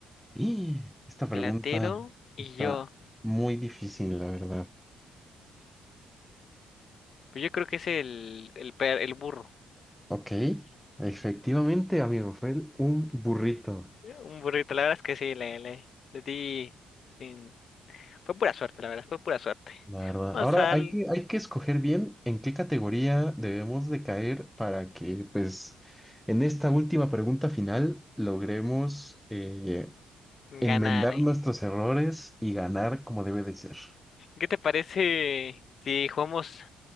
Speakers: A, in the centre; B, on the left.
A: Y esta pregunta
B: Platero y
A: está
B: yo.
A: muy difícil, la verdad.
B: Pues yo creo que es el, el, per- el burro.
A: Ok, efectivamente, amigo, fue un burrito,
B: Eh, Un burrito, la verdad es que sí, le, le, le di. sin- Fue pura suerte, la verdad, fue pura suerte.
A: la verdad.
B: Vamos
A: Ahora
B: a
A: hay
B: al-
A: que, hay que escoger bien en qué categoría debemos de caer para que, pues, en esta última pregunta final logremos eh,
B: ganar,
A: enmendar
B: ¿eh?
A: nuestros errores y ganar como debe de ser.
B: ¿Qué te parece si jugamos